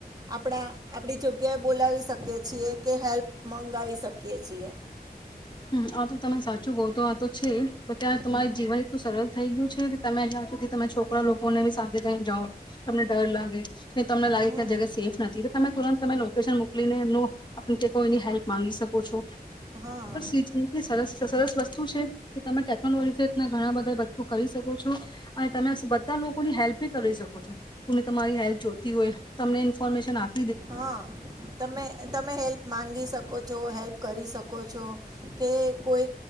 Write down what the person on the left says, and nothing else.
હમ આ તો તમે સાચું બહ તો આ તો છે પણ તં તમાર
જીવન એટલું સરળ થઈ ગયું છે કે તમે જ્યાં સુધી તમે છોકરા લોકોને બી સાથે કઈ જાઓ તમને ડર લાગે ને તમને લાગે
કે આ જગ્યા સેફ નથી તમે તુરંત તમે લોકેશન મોકલીને એમનું આપ કોઈની હેલ્પ માંગી શકો છો
<unintelligible> સર સરસ વસ્તુ છે કે તમે ટેકનોલોજી રીના ઘણા બધા વસ્તુ કરી શકો છો અને તમે બધા લોકોની હેલ્પ બી કરી શકો છો કોને તમારી હેલ્થ જોતી હોય તમને ઇન્ફર્મેન આપ